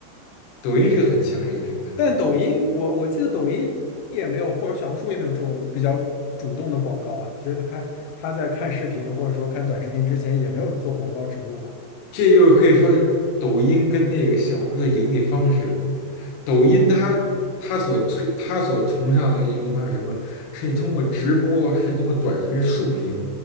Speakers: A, on the left; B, on the left.
A: 抖音是个很强势的平台，
B: 但抖音，我我记得抖音也没有，或者小红书也没有这种比较主动的广告啊。其实他看他在看视频或者说看短视频之前，也没有做广告植入吧？
A: 这就是可以说抖音跟那个小红书的盈利方式。抖音它它所推它所崇尚的一个盈利方式是什么？是你通过直播，是通过短视频竖屏，